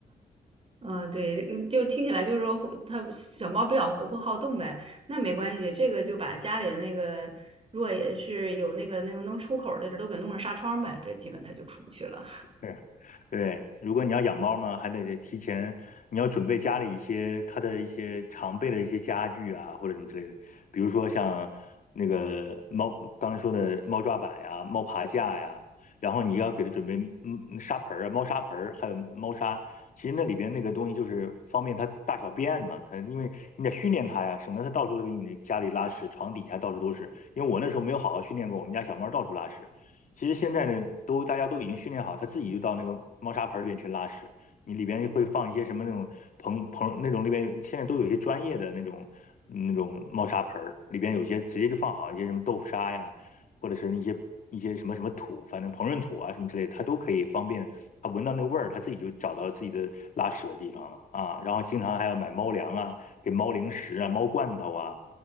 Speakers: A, on the right; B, on the left.
A: 嗯，对，嗯就听起来就是说活，它小猫比较活泼好动呗，那没关系，这个就把家里的那个，如果也是有那个那个能出口儿的，这都给弄上纱窗呗，这基本它就出不去了。
B: 是，对，如果你要养猫呢，还得提前，你要准备家里一些它的一些常备的一些家具啊，或者什么之类的，比如说像那个猫刚才说的猫抓板呀、猫爬架呀，然后你要给它准备嗯沙盆儿啊、猫砂盆儿，还有猫砂。其实那里边那个东西就是方便它大小便嘛，它因为你得训练它呀，省得它到处都给你那家里拉屎，床底下到处都是。因为我那时候没有好好训练过，我们家小猫到处拉屎。其实现在呢，都大家都已经训练好，它自己就到那个猫砂盆里边去拉屎。你里边会放一些什么那种膨膨那种里边现在都有一些专业的那种那种猫砂盆儿，里边有些直接就放好一些什么豆腐砂呀，或者是一些一些什么什么土，反正膨润土啊什么之类的它都可以方便它闻到那个味儿，它自己就找到自己的拉屎的地方了啊。然后经常还要买猫粮啊，给猫零食啊，猫罐头啊，